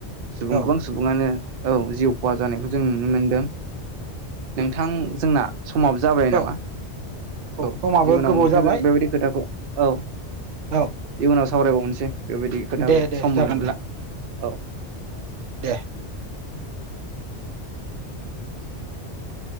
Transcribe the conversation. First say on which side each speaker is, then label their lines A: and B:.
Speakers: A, on the right; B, on the right.
A: सुबुं
B: औ
A: गोबां सुबुङानो औ जिउ खहा जानायखौ जों नुनो मोनदों नोंथां जोंना समाबो जाबाय नामा
B: औ
A: औ
B: समाबो
A: जिबनाव
B: गोबाव
A: नोंथांजों
B: जाबाय
A: बेबायदि खोथाखौ औ
B: औ
A: उनाव सावरायबावनोसै बेबायदि खोथाखौ
B: दे दे
A: सम
B: जागोन
A: मोनोब्ला
B: दे
A: औ।
B: दे
A: <inaudible>